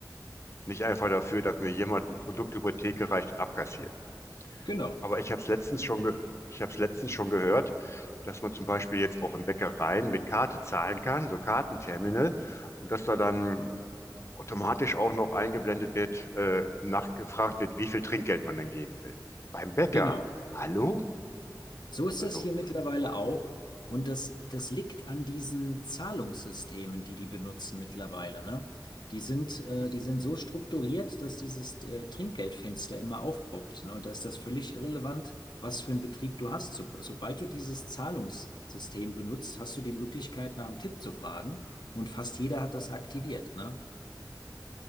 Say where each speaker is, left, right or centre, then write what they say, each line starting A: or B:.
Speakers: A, on the left; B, on the left.
A: nicht einfach dafür, dass mir jemand ein Produkt über die Theke reicht und abkassiert.
B: Genau,
A: Aber ich habe es letztens schon ge ich habe es letztens schon gehört, dass man zum Beispiel jetzt auch in Bäckereien mit Karte zahlen kann, so Kartenterminal, und dass da dann automatisch auch noch eingeblendet wird, äh, nachgefragt wird, wie viel Trinkgeld man denn geben will. Beim Bäcker,
B: genau.
A: hallo?
B: So ist
A: Also,
B: das hier mittlerweile auch. Und das, das liegt an diesen Zahlungssystemen, die die benutzen mittlerweile, ne? Die sind, äh, die sind so strukturiert, dass dieses äh, Trinkgeldfenster immer aufpoppt, ne? Und da ist das völlig irrelevant, was für einen Betrieb du hast. So, sobald du dieses Zahlungssystem benutzt, hast du die Möglichkeit, nach einem Tipp zu fragen. Und fast jeder hat das aktiviert, ne?